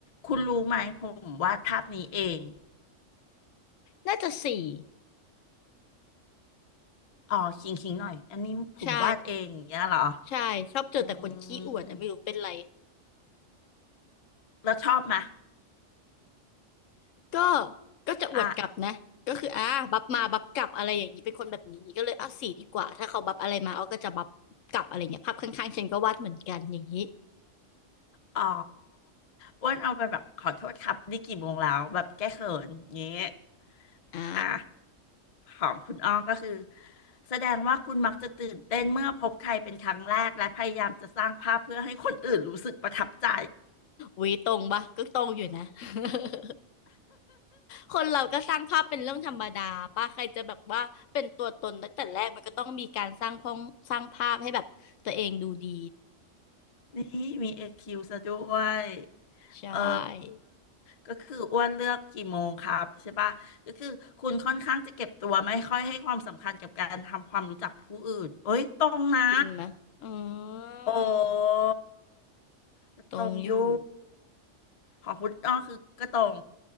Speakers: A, on the left; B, on the left.
A: คุณรู้ไหมผมวาดภาพนี้เอง
B: น่าจะสี่
A: อ๋อคิงคิงหน่อยอันนี้ผมวาดเองอย่างเงี้ยเหรอ
B: ใช่ใช่ชอบเจอแต่คนขี้อวดอะไม่รู้เป็นไร
A: อืมแล้วชอบไหมย
B: ก็ก็จะอวดกลับนะ
A: อ่ะ
B: ก็คืออ่าบัฟมา บัฟกลับอะไรอย่างนี้เป็นคนแบบนี้ ก็เลยเอาสีดีกว่า ถ้าเขาบัฟอะไรมาเอาก็จะบัฟกลับอะไรเงี้ย ภาพข้างๆฉันก็วาดเหมือนกัน อย่างนี้
A: อ๋ออ้วนเอาไปแบบขอโทษครับนี่กี่โมงแล้วแบบแก้เขินเงี้ย
B: อ่า
A: อ่ะของคุณอ้อก็คือแสดงว่าคุณมักจะตื่นเต้นเมื่อพบใครเป็นครั้งแรกและพยายามจะสร้างภาพเพื่อให้คนอื่นรู้สึกประทับใจ
B: วีตรงปะก็ตรงอยู่นะ <laughs> คนเราก็สร้างภาพเป็นเรื่องธรรมดาป่ะใครจะแบบว่า เป็นตัวตนตั้งแต่แรกมันก็ต้องมีการสร้างพองสร้างภาพให้แบบตัวเองดูดี
A: นี่มีเอคิวซะด้วย
B: ใช่
A: เออ ก็คืออ้วนเลือกกี่โมงครับใช่ปะก็คือคุณค่อนข้างจะเก็บตัวไม่ค่อยให้ความสำคัญกับการทำความรู้จักผู้อื่นเอ้ยตรงนะ
B: จริงไหมะอืม
A: โอ้ก็ตรงอยู่
B: ตรงอยู่
A: ของคุณอ้อคือก็ตรง